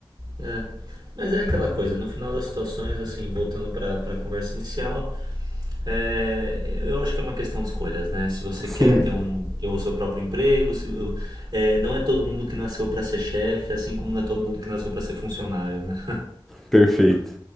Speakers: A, on the right; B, in the centre.
A: É. Mas é aquela coisa, no final das situações, assim, voltando para a conversa inicial, é, eu acho que é uma questão de escolhas, né? Se você
B: <laughs> Sim,
A: quer ter, um, ter o seu próprio emprego, se, é, não é todo mundo que nasceu para ser chefe, assim como não é todo mundo que nasceu para ser funcionário, né?
B: perfeito.